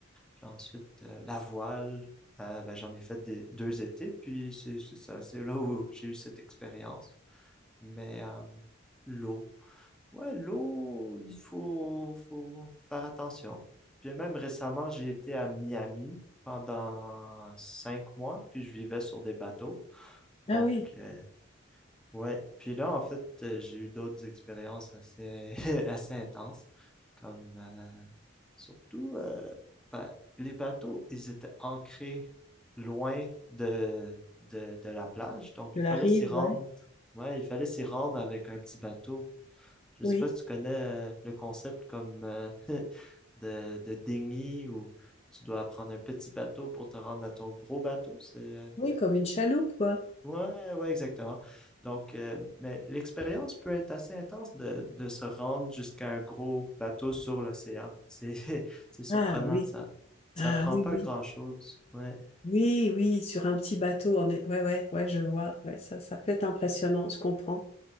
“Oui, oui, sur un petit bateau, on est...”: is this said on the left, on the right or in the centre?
Left